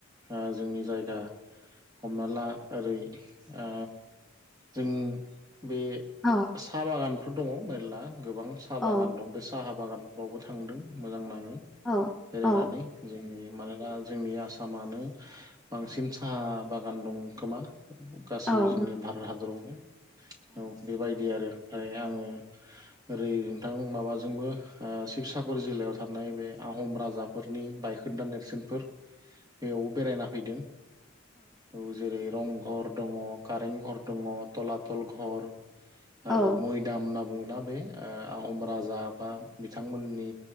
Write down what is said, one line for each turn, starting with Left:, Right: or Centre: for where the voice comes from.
Right: ओ जोंनि जायगा हमना ला ओरै ओ जों बे
Centre: औ
Right: साहा बागानफोर दङ मेर्ला गोबां साहा
Centre: औ
Right: बागान दं बे साहा बागानफ्रावबो थांदों मोजां नाङो
Centre: औ
Right: बेरायनानै
Centre: औ
Right: जों मानोना जोंनि आसामानो बांसिन साहा बागान दं खोमा गासै
Centre: औ
Right: जोंनि भारत हादराव औ बेबायदि आरो ओमफ्राय आङो ओरै नोंथां माबाजोंबो ओ शिबसागर जिल्लायाव थानाय बे आहम राजा राजाफोरनि बायखोन्दा नेरसोनफोर बेयावबो बेरायना फैदों औ जेरै रं रं घर दङ कारें घर दङ टलातल घर आरो
Centre: औ
Right: मयदाम ध बुङोना बे ओ आहम राजा बा बिथांमोननि